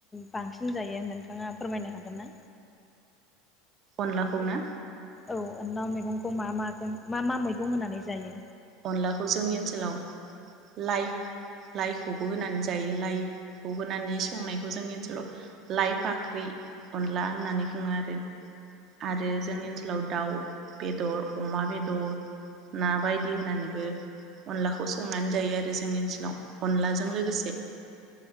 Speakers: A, on the left (about 20°); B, on the right (about 45°).
A: बांसिन जायो नोंथांङा फोरमायनो हागोन ना
B: अनलाखौ ना
A: औ अनला मैगंखौ मा माजों मा मा मैगं होनानै जायो?
B: अनलाखौ जोंनि ओनसोलाव लाइ लाइखौबो होनानै जायो लाइखौ होनानै संनायखौ जोंनि ओनसोलाव लाइ फाख्रि अनला होननानै बुंङो आरो आरो
A: नंगौना
B: जोंनि ओनसोलाव दाउ बेदर अमा बेदर ना बायदि होनानैबो अनलाखौ संनानै जायो आरो जोंनि ओनसोलाव अनलाजों लोगोसे